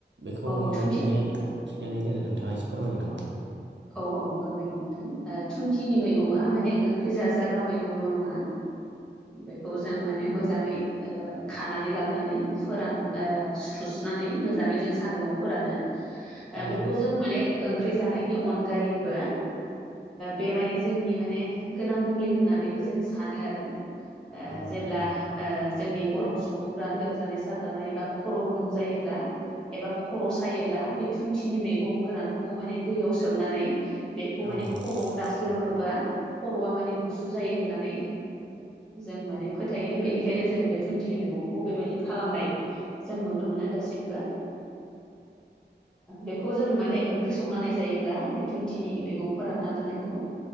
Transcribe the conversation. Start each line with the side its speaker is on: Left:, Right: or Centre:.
Right: बेखौ
Centre: औ
Right: माबायदिहाय
Centre: थुनथि
Right: खिनानै दोनो नोंथाङासो फोरमायगोन नामा
Centre: औ औ फोरमायगोन नोंथां थुुनथिनि मैगङा माने ओंख्रि जाजाग्रा मैगंल' नङा बेखौ जों माने मोजाङै खानानै लाबोनानै फोरान सुस नानै मोजाङै जों सान्दुंआव फोरानो
Right: औ
Centre: बेखौ जों मान ओंख जानायनि अनगायैबो बे माने जोंनि माने गोनां मुलि होननानैबो जों सानो आरो
Right: औ
Centre: जेब्ला
Right: नंगौ नोंथां
Centre: जोंनि बर' सुबुंफ्रा लोमजानाय साजानाय एा खर' गुदुं जायोब्ला एबा खर' सायोब्ला बै थुुनथिनि मैगं गोरानखौ माने दैयाव स सोमनानै बेखौ माने
Right: औ नंगौ
Centre: खर'आव
Right: नोंथां
Centre: दास्लोमोबा खर'आ माने गुसु जायो होननानै जों माने फोथायो बेनिखायनो जों बे थुुनथिनि मैगंखौ बेबायदि खालामनाय जों नुनो मोनो दासिमबो बेखौ जों माने ओंख्रि संनानै जायो बे थुुनथिनि मैगंफोरा ना दोननायखौ